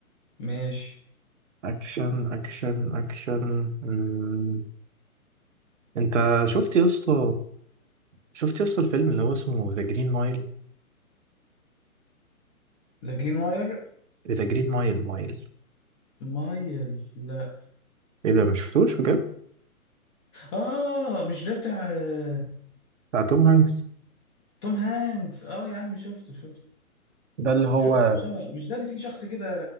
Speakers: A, on the left; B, on the right.
A: ماشي
B: اكشن اكشن اكشن مم. انت شفت يا اسطى شفت يا اسطى الفيلم اللي هو اسمه ذا جرين مايل
A: ذا جرين واير
B: ذا جرين مايل مايل
A: مايل لا
B: ايه ده مش شفتوش بجد؟
A: اه مش ده بتاع آه،
B: بتاع توم هانكس
A: توم هانكس اه يا عم شفته شفته
B: ده اللي هو
A: شفته اه مش ده اللي فيه شخص كده